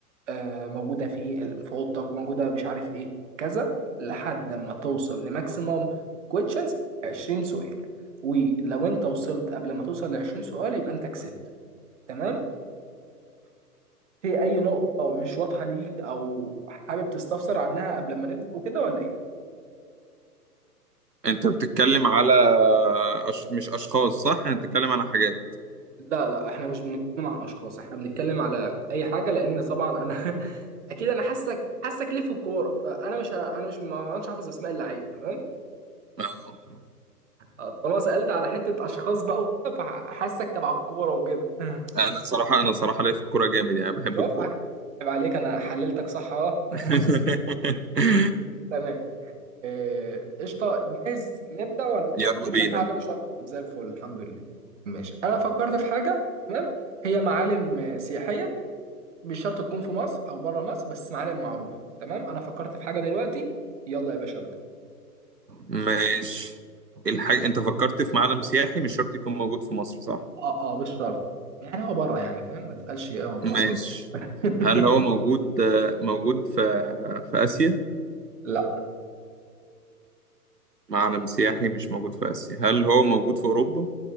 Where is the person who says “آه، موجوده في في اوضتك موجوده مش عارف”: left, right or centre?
Right